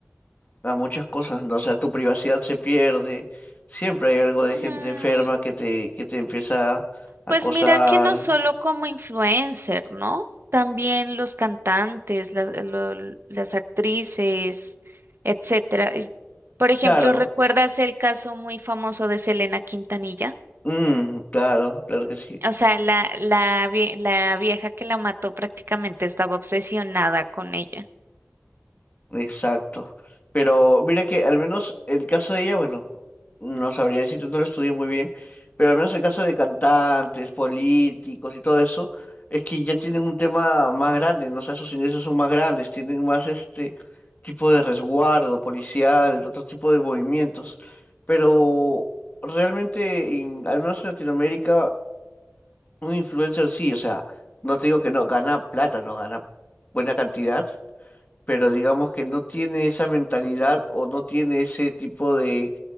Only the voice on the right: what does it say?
Mm,
Pues mira que no solo como influencer, ¿no? También los cantantes, las, lo- las actrices, etcétera. Es- Por ejemplo,
¿recuerdas el caso muy famoso de Selena Quintanilla?
O sea, la, la, vie- la vieja que la mató prácticamente estaba obsesionada con ella.